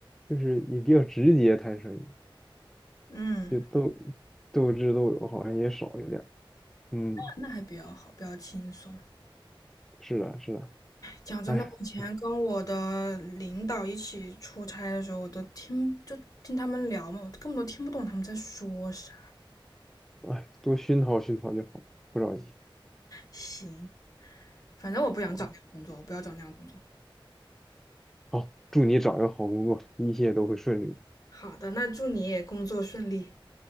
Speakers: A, in the centre; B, on the left.
A: 就是也比较直接谈生意，
B: <laughs> 嗯。
A: 就斗斗智斗勇，好像也少一点儿嗯，
B: 那还比较好，比较轻松。
A: 是的，是的，
B: 讲真的，
A: 哎，
B: 我以前跟我的领导一起出差的时候，
A: 哎，
B: 我都听就听他们聊嘛，我根本都听不懂他们在说啥。
A: 哎，多熏陶熏陶就好，不着急，
B: 行，反正我不想找那样工作，
A: 好吧？
B: 我不要找那样工作。
A: 好，祝你找一个好工作，一切都会顺利的。
B: 好的，那祝你也工作顺利。